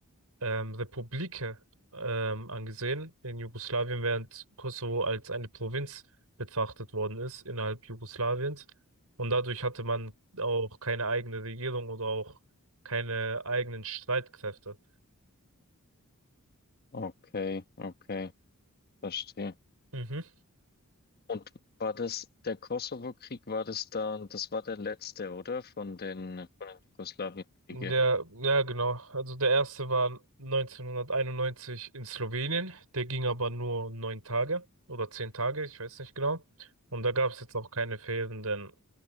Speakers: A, on the right; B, on the left.
A: ähm, Republike ähm, angesehen in Jugoslawien, während Kosovo als eine Provinz betrachtet worden ist innerhalb Jugoslawiens. Und dadurch hatte man auch keine eigene Regierung oder auch keine eigenen Streitkräfte.
B: okay, okay. Verstehe.
A: Mhm.
B: Und war das der Kosovo-Krieg, war das da, das war der letzte, oder? Von den, von den Jugoslawienkriege.
A: Der, ja, genau. Also der erste war 1991 in Slowenien. Der ging aber nur neun Tage oder zehn Tage, ich weiß nicht genau. Und da gab es jetzt auch keine fehlenden